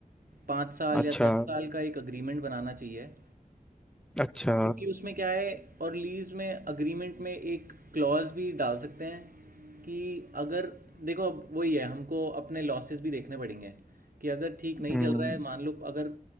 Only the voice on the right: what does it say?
पाँच साल
या दस साल का एक अग्रीमेंट बनाना चाहिए
क्योंकि उसमें क्या है और लीज़ में अग्रीमेंट में एक क्लॉज भी डाल सकते हैं कि अगर देखो अब वही है हमको अपने लॉसेस भी देखने पड़ेंगे कि अगर ठीक नहीं
चल रहा है मान लो अगर